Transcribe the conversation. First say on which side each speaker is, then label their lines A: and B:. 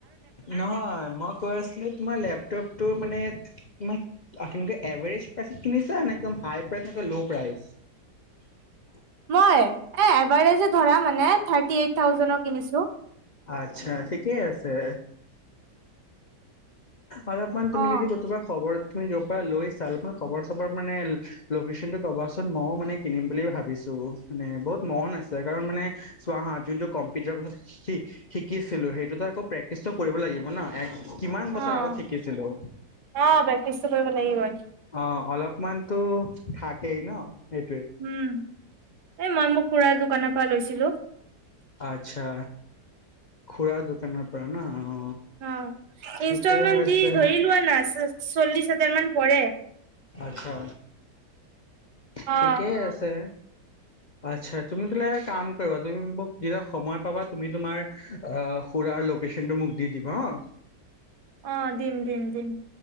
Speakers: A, on the left; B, on the right.
A: নহয় মই কৈ আছিলো তোমাৰ লেপটপটো মানে কিমান? আপোনালোকে এভাৰেজ প্ৰাইচত কিনিছা নে একদম হাই প্ৰাইচ নদ ল' প্ৰাইচ
B: মই এ এবাৰে যে ধৰা মানে থাৰ্টি এইট থাউজেনৰ কিনিছো
A: আটছা ঠিকেই আছে অলপমান তুমি
B: অ
A: যদি কোবা খবৰ তুমি যৰ পৰা লৈ চা খবৰ চবৰ মানে লকেচন টো কবাচোন মইয়ও মানে কিনিম বুলি ভাবিছো মানে বহুত মন আছে কাৰণ মানে চোৱা হা যোনটো কম্পিউটাৰৰ কথা শিকিছিলো সেইটোতো সেইটোতো আকৌ প্ৰেক্টিচটো কৰিব লাগিব লাগিব কিমান ন বছৰ
B: অ আহ
A: আগত শিকিছিলো
B: প্ৰেক্টিচটো কৰিব লাগিবই
A: অ অলপমানতো থাকেই ন সেই
B: উম এই মই মোক খুৰা দোকানৰ পৰা লৈছিলো
A: আটছা খুৰা দোকানৰ পৰা ন অ
B: অ
A: ঠিকে
B: ইনষ্টলমেন্ট
A: আছে
B: দি ধৰি লোৱা না চল্লিশ হাজাৰ মান পৰে
A: আটছা ঠিকেই
B: অ
A: আছে আটছা তুমি কলে কাম কৰিবা তুমি মোক কিবা সময় পাবা তুমি তোমাৰ খুৰাৰ লোকেশ্যনটো মোক দি দিবা হা
B: অ দিম দিম দিম